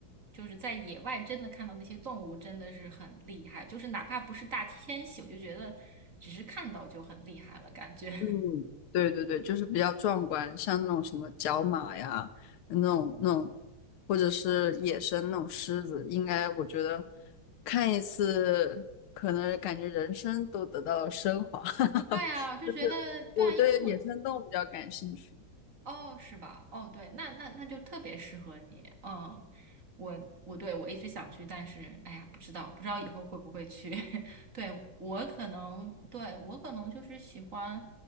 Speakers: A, on the right; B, on the left.
A: 就是在野外真的看到那些动物，真的是很厉害。就是哪怕不是大迁徙，我就觉得只是看到就很厉害了，感觉。
B: 嗯，对对对，就是比较壮观，像那种什么角马呀，那种那种，或者是野生那种狮子，应该我觉得看一次，可能感觉人生都得到了升华。<laughs>
A: <laughs> 对啊，就觉得对啊，
B: 就是我对野生动物比较感兴趣。
A: 因为我哦，是吧？哦，对，那那那就特别适合你。嗯，我我对我一直想去，但是哎呀，不知道不知道以后会不会去。<laughs> 对，我可能，对，我可能就是喜欢，